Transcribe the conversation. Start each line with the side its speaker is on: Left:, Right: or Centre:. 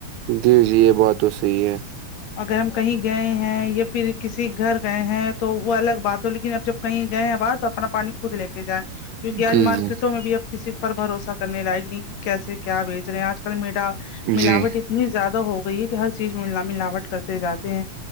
Right: جی جی یہ بات تو صحیح ہے
Left: اگر ہم کہیں گئے ہیں یا پھر کسی گھر گئے ہیں تو وہ الگ بات ہو لیکن اب جب کہیں گئے باہر تو اپنا پانی خود لے کے جائیں کیونکہ اج
Right: جی
Left: مارکیٹوں
Right: جی
Left: میں بھی کسی پر بھروسہ کرنے لائق نہیں کیسے کیا بیچ رہے ہیں اج کل میا ملاوٹی
Right: جی
Left: اتنی زیادہ ہو گئی ہے کہ ہر چیز میں ملاوٹ کرتے جاتے ہیں